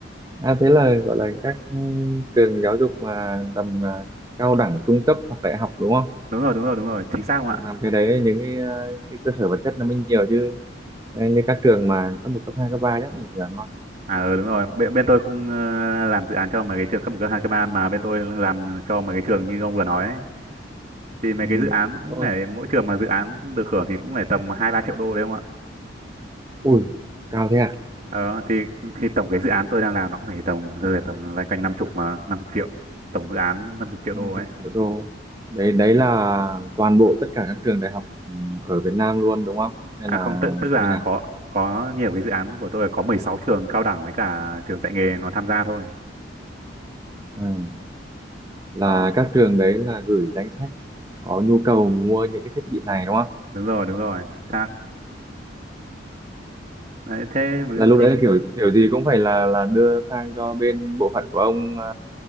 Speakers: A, on the right; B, on the right.
A: À thế là gọi là các ừ, trường giáo dục mà tầm à, cao đẳng trung cấp hoặc đại học đúng không?
B: đúng rồi đúng rồi đúng rồi chính xác không ạ
A: Thì làm cái đấy những cái, à, cái cơ sở vật chất nó mới nhiều chứ Ờ, như các trường mà cấp một cấp hai cấp ba đó bình thường
B: à ừ, đúng rồi bên bên tôi không ờ, làm dự án cho mấy cái trường cấp một cấp hai cấp ba mà bên tôi làm cho mấy cái trường như ông vừa nói ấy. thì mấy
A: ừ.
B: cái dự án cũng
A: Ờ,
B: phải mỗi trường mà dự án được hưởng thì cũng phải tầm hai ba triệu đô đấy không ạ
A: ui, cao thế à?
B: ờ, thì thì tổng cái dự án tôi đang làm nó cũng phải tầm rơi vào tầm loanh quanh năm chục mà năm chục triệu tổng dự án năm chục
A: năm
B: triệu đô ấy
A: mươi triệu đô. Đấy, đấy là toàn bộ tất cả các trường đại học ừ, ở Việt Nam luôn đúng không? Hay
B: À
A: là
B: không, tức, tức là
A: như nào?
B: có có nhiều cái dự án của tôi là có 16 trường cao đẳng với cả trường dạy nghề nó tham gia thôi.
A: Ừ. Là
B: Đó,
A: các trường đấy là gửi danh sách có nhu cầu mua những cái thiết bị này đúng không?
B: đúng rồi, đúng rồi. Xác. Đấy, thế ví
A: Là
B: dụ
A: lúc
B: như
A: đấy là kiểu kiểu gì cũng phải là là đưa sang cho bên bộ phận của ông à,